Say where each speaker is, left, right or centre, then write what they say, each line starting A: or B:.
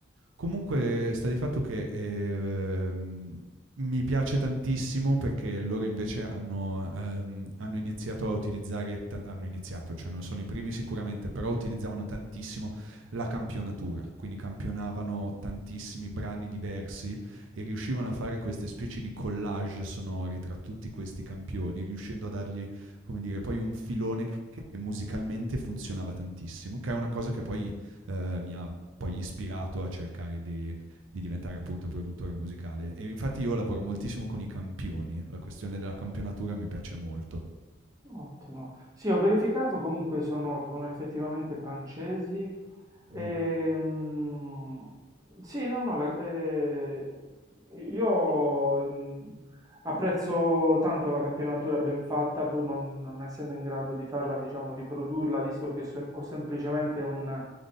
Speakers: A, on the right (about 85°); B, on the right (about 20°).
A: Comunque sta di fatto che, ehm, mi piace tantissimo perché loro invece hanno ehm, hanno iniziato a utilizzare ta hanno iniziato, cioè non sono i primi sicuramente, però utilizzavano tantissimo la campionatura, quindi campionavano tantissimi brani diversi e riuscivano a fare queste specie di collage sonori tra tutti questi campioni, riuscendo a dargli, come dire, poi un filone che musicalmente funzionava tantissimo, che è una cosa che poi, ehm, mi ha poi ispirato a cercare di, di diventare appunto produttore musicale. E infatti io lavoro moltissimo con i campioni, la questione della campionatura mi piace molto.
B: Ottimo. Sì, ho verificato, comunque sono, sono effettivamente francesi. Ehm,
A: Mhm.
B: sì, no, no, la- eh, io mh, apprezzo tanto la campionatura ben fatta, pur non, non essendo in grado di farla, diciamo, riprodurla, visto che so- ho semplicemente un,